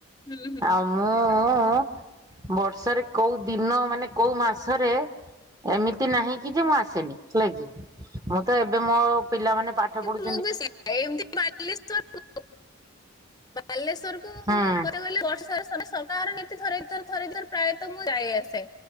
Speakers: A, on the left; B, on the right.
A: ହୁଁ ହୁଁ।
B: ଆଉ ମୁଁ ବର୍ଷରେ କୋଉ ଦିନ ମାନେ କୋଉ ମାସରେ ଏମିତି ନାହିଁ କି ଯେ ମୁଁ ଆସେନି ହେଲେ କିି ମୁଁ ତ ଏବେ ମୋ ପିଲାମାନେ ପାଠ ପଢୁ
A: ମୁ ତ ସେମତି ବାଲେଶ୍ଵର ବାଲେଶ୍ଵର କୁ
B: ହଁ।
A: ତ ଗଲେ ବର୍ଷ ସାରା ସପ୍ତାହରେ ଥରେ ଦିଥର ଥରେ ଦିଥର ପ୍ରାୟତଃ ମୁଁ ଯାଏ ଆସେ।